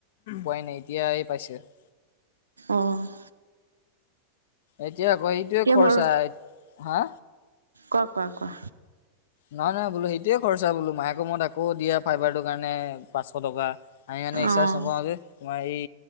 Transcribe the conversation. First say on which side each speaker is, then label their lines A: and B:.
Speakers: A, on the left; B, on the right.
A: পোৱাই নাই এতিয়া আহি পাইছে। <inaudible>
B: অহ'।
A: এতিয়া আকৌ এইটোয়ে খৰচা।
B: বৰ
A: হা।
B: কোৱা, কোৱা, কোৱা।
A: নহয়, নহয় বোলো সেইটোৱে খৰচা বোলো, মাহেকৰ মূৰত আকৌ দিয়া ফাইবাৰটোৰ কাৰণে পাঁচশ টকা। আমি মনে ৰিচাৰ্জ
B: অঁ
A: নভৰাও যে, তোমাৰ এই